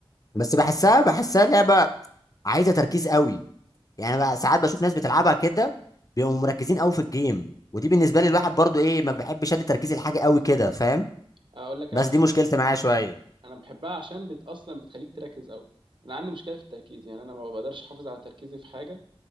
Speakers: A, on the left; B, on the right.
A: بس بحسها بحسها لعبه عايزه تركيز قوي يعني بقى ساعات بشوف ناس بتلعبها كده بيبقوا مركزين قوي في الجيم ودي بالنسبه لي الواحد برضو ايه ما بحبش ادي تركيزي لحاجه قوي كده فاهم
B: اقول لك
A: بس
B: على حاجه
A: دي مشكلتي معاه شويه
B: انا بحبها عشان بت... اصلا بتخليك تركز قوي انا عندي مشكله في التركيز يعني انا ما بقدرش احافظ على تركيزي في حاجه